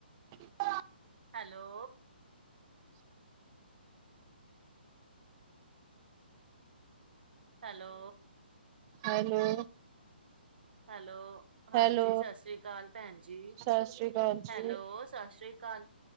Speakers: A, on the right; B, on the right.
A: <inaudible>
B: hello hello
A: hello
B: hello ਹਾਂਜੀ,
A: Hello
B: ਸਸ ਸ੍ਰੀ ਕਾਲ ਭੈਨ ਜੀ,
A: ਸਤਿ ਸ੍ਰੀ ਅਕਾਲ ਜੀ,
B: ਹੈਲੋ ਸਸ ਸ੍ਰੀ ਕਾਲ